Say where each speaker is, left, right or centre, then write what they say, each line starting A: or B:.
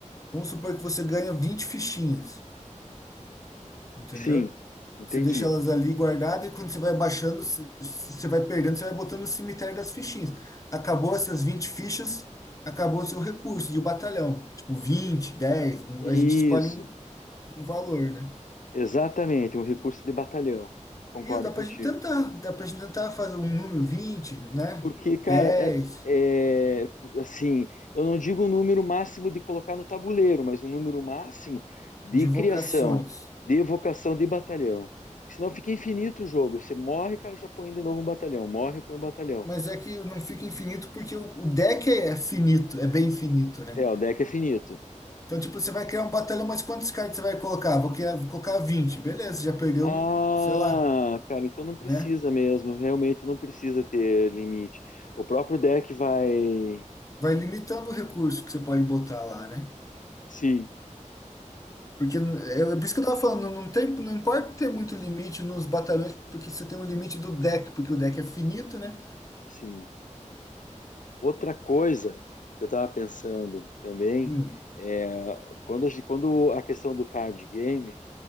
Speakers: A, on the left; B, on the left.
A: Vamos supor que você ganha 20 fichinhas. entendeu?
B: Sim, entendi.
A: Você deixa elas ali guardadas e quando você vai baixando, se- se você vai perdendo, você vai botando no cemitério das fichinhas. Acabou essas 20 fichas, acabou o seu recurso de batalhão. Tipo, 20, 10. não- a
B: Isso,
A: gente escolhe um, um valor, né?
B: Exatamente, um recurso de batalhão. Concordo
A: Isso, dá pra
B: contigo.
A: gente tentar, dá pra gente tentar fazer um número 20, né?
B: Porque, cara,
A: 10
B: é, é, assim, eu não digo o número máximo de colocar no tabuleiro, mas um número máximo de
A: de vocações.
B: criação, de evocação de batalhão. Senão fica infinito o jogo. Você morre, cara, já põe de novo um batalhão. Morre, põe um batalhão.
A: Mas é que não fica infinito porque o, o deck é é finito, é bem finito, né?
B: É, o deck é finito.
A: Então, tipo, você vai criar um batalhão, mas quantos cards você vai colocar? Vou criar, vou colocar 20, Beleza, já perdeu
B: Ah,
A: um, sei lá,
B: cara, então não precisa
A: né?
B: mesmo. Realmente não precisa ter limite. O próprio deck vai.
A: Vai limitando o recurso que você pode botar lá, né?
B: Sim,
A: Porque é, é por isso que eu tava falando, não tem, não importa ter muito limite nos batalhões, porque você tem um limite do deck, porque o deck é finito, né?
B: sim. Outra coisa que eu estava pensando também
A: Hum,
B: é quando, a gen- quando a questão do card game,